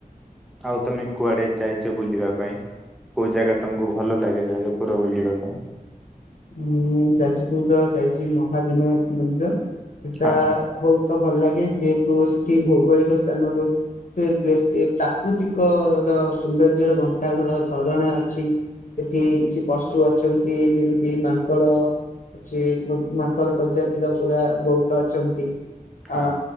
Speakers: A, in the centre; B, on the left (about 60°).
A: ଆଉ ତମେ କୁଆଡେ ଯାଇଛ ବୁଲିବା ପାଇଁ। କୋଉ ଜାଗା ତମକୁ ଭଲ ଲାଗେ ଯାଜପୁରରେ ବୁଲିବା ପାଇଁ।
B: ଉଁ ଯାଜପୁର ର ଯାଇଛି ମହାବିନାୟକ ମନ୍ଦିର ସେଟା
A: ହଁ
B: ବହୁତ୍। ତ ଭଲ ଲାଗେ ଯେହେତୁ ସେଠି ଭୌଗୋଳିକ ସ୍ଥାନରୁ। ସେ ପ୍ଲେସଟି ପ୍ରାକୃତିକ ର ସୌନ୍ଦର୍ଯ୍ୟ ର ଗନ୍ତାଘର ଝରଣା ଅଛି। ସେଠି କିଛି ପଶୁ ଅଛନ୍ତି ଯେମିତି। ସେ ମାଙ୍କଡ ଅଛି ମାଙ୍କଡ ପ୍ରଜାତିର ପୁରା ବହୁତ ଅଛନ୍ତି।
A: ହଁ
B: ଅ